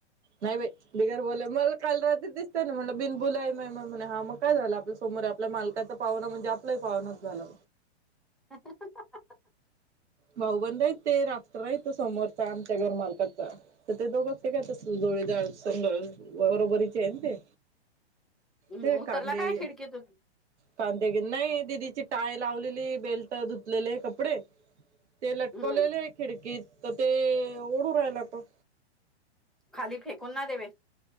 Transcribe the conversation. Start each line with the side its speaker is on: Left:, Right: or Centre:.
Right: नाही बाई बिगर बोल मला काल रात्रीच दिसतय ना म्हटलं बिनबुलाये मेहमान म्हणा हा मग काय झालं आपल्या समोर आपल्या मालकाचा पाहुण म्हणजे आपलं ही पाहूनच झालं.
Centre: <unintelligible>
Right: भाऊबंद आयत ते रास्त्र हित समोरचा आमच्या घर मालकाचा. तर ते दोघंच तिघातच जोडीदार संग बरोबरीचे हाय ना ते.
Centre: हम्
Right: ते
Centre: उतरला
Right: कांदे
Centre: काय खिडकी तून?
Right: कांदे घे नाही दिदीची टाळे लावलेली बेल्ट धुतलेले कपडे ते लटकवलेल
Centre: हम्म
Right: आय खिडकीत तर ते ओढू राहिला तो.
Centre: खाली फेकून ना देवे